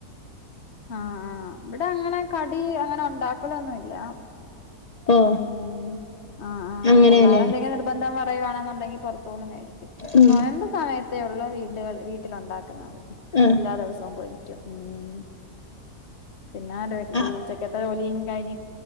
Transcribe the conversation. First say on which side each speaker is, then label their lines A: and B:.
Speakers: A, on the left (about 45°); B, on the left (about 75°).
A: ആഹ് ആഹ്. ഇവ്ടെ അങ്ങനെ കടി അങ്ങനെ ഉണ്ടാക്കലൊന്നൂല്ലാ.
B: ഓ
A: ഉം ആഹ്. ആഹ്
B: അങ്ങനെയല്ലേ
A: പിള്ളേരെന്തെങ്കി നിർബന്ധം പറ പറയുവാണെന്നുണ്ടെങ്കി പൊറത്തൂന്ന് മേടിക്കും.
B: ഉം
A: നൊയമ്പ് സമയത്തെ ഒള്ളൂ വീടുകൾ വീട്ടിലുണ്ടാക്കുന്നത്.
B: ആഹ്
A: എല്ലാ ദിവസവും പൊരിക്കും ഉം. ഇന്നാലും എടി
B: ആഹ്
A: ഊച്ചക്കത്തെ ജോലി കഴിഞ്